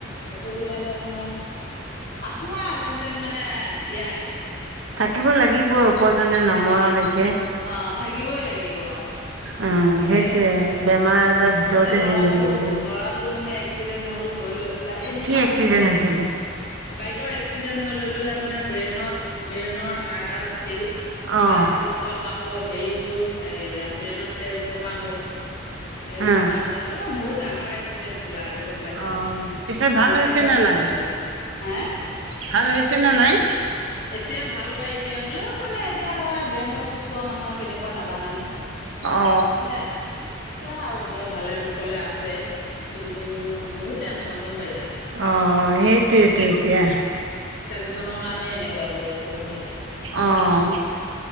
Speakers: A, on the left (about 50°); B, on the right (about 70°).
A: অসুবিধাতে মানে আছো আও যেন তেন মানে জীয়াই
B: থাকিব লাগিব উপৰজনে নমৰালৈ
A: অ থাকিবই লাগিব আৰু
B: অ
A: তাকে
B: সেইটোয়ে
A: এয়া
B: বেমাৰ আজাৰ
A: মাজতে
B: ভিতৰতে
A: লৰাটো
B: জিন্দা থাকিব লাগিব
A: লৰাটো মানে এক্সিডেণ্ট হ'ল হৈ লৈ পিলাই এ মই
B: কি
A: তাতে
B: এক্সিডেন্ট
A: মানে
B: হৈছিলে
A: বেছিকে বাইকৰ এক্সিডেন্ট হৈ লৈ পেলাই মানে ব্ৰেইনত ব্ৰেইনৰ হাড়ডাল ফাটিল
B: অ
A: তাৰ পিছত আকৌ হেৰি হ'ল এ ব্ৰেইনত তেজ জমা হ'ল তেজ
B: অ
A: জমা হল এ বহুত ডাঙৰ এক্সিডেণ্ট হ'ল আ টো গম পাইছা
B: অ পিছত ভাল
A: ডিচেম্বৰ
B: হৈছে নে
A: মাহতে
B: নাই
A: গৈছিল হে
B: ভাল হৈছে নে নাই
A: এতিয়া ভাল পাইছে হ'লেও মানে এতিয়া ধৰা ব্ৰেইনত চুট পোৱা মানুহ আ কেনেকুৱা নাজানানে
B: অ
A: সেয়া মানে আছে আৰু এতিয়া ভালে কুশলে আছে আছে কিন্তু মোৰ বহুত টেনচন গম পাইছা
B: অ সেইটোৱে
A: টেনচন
B: টো এতিয়া
A: বহুত টেনচনৰ কাৰণে এনেকুৱা হৈ আছে গম পাইছা
B: অহ